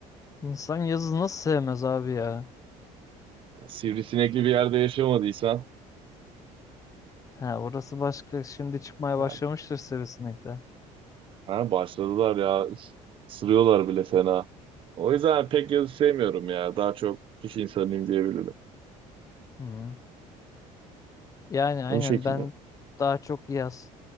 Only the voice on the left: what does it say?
insan yazı nasıl sevmez abi ya?
Ha, orası başka. Şimdi çıkmaya
başlamıştır sivrisinekler.
Hı. Yani aynen
ben daha çok yaz.